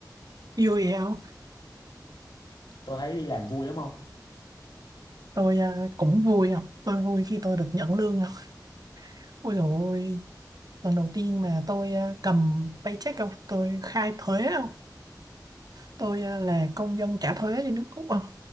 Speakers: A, on the right (about 60°); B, on the left (about 75°).
A: vui vậy không
B: tôi thấy đi làm vui lắm không
A: tôi à, cũng vui không tôi vui khi tôi được nhận lương không ôi dồi ôi lần đầu tiên mà tôi à, cầm paycheck không tôi khai thuế không tôi à, là công dân trả thuế cho nước Úc không